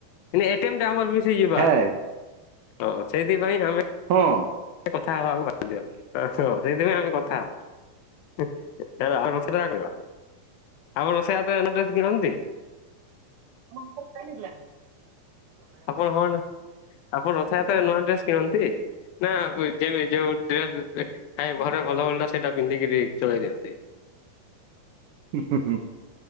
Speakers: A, on the left; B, on the right.
A: ଏ କେମନ୍ତି ଆମର ମିଶିଯିବା
B: ହେଁ
A: ତ ସେଇଥିପାଇଁ ଆମେ
B: ହଁ।
A: କଥା ହବାକୁ ବାଧ୍ୟ, ହଁ। ହଁ ସେଇଥିପାଇଁ ଆମେ କଥା ହବା, ଆମେ ବାହାର କଥାବର୍ତ୍ତା କରିଆ? ଆପଣ ରଥାଯାତ୍ରା ରେ ନୂଆ ଡ୍ରେସ କିଣନ୍ତି?
B: ପମ୍ପ କିଣିଲା?
A: ଆପଣ ହଁ ଆପଣ ରଥଯାତ୍ରାରେ ନୂଆ ଡ୍ରେସ୍ କିଣନ୍ତି? ନା ହୁଏନି ଯେମିତି ଯୋଉ ଡ୍ରେସ ଥାଏ ଘରେ ଭଲ ଭଲଟା ସେଇଟା ପିନ୍ଧିକିରି ଚଳେଇ ଦିଏନ୍ତି।
B: ହୁଁ ହୁଁ